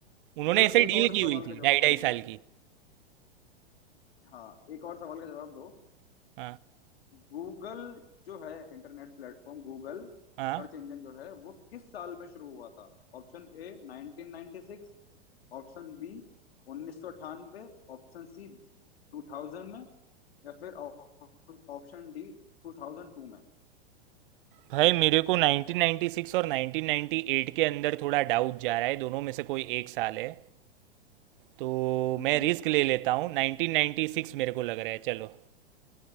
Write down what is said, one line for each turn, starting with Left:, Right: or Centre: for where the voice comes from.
Right: उन्होंने
Left: तो चलो
Right: ऐसे
Left: एक
Right: डील
Left: और
Right: की हुई
Left: सवाल का
Right: थी
Left: जवाब
Right: ढाई
Left: दो
Right: ढाई
Left: मुझे
Right: साल की
Left: हाँ एक और सवाल का जवाब दो
Right: हाँ
Left: गूगल जो है internet platform Google
Right: हाँ
Left: search engine जो है वो किस साल में शुरू हुआ था Option A 1996 option B 1998 option C 2000 में या फिर ऑप- ऑप्शन डी 2002 में
Right: भाई मेरे को 1996 और 1998 के अंदर थोड़ा डाउट जा रहा है दोनों में से कोई एक साल है तो
Left: हम्म
Right: मैं रिस्क ले लेता हूँ 1996 मेरे को लग रहा है चलो